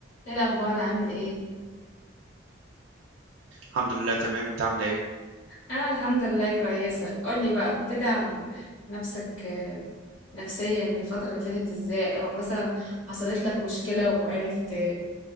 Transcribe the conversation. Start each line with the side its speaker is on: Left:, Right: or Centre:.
Left: ايه الاخبار عامل ايه
Right: الحمد لله تمام انت عامل ايه
Left: انا الحمد لله كويسه قولي بقى بتدعم نفسك آه، نفسيا الفتره اللي فاتت ازاي او مثلا حصلت لك مشكله وعرفت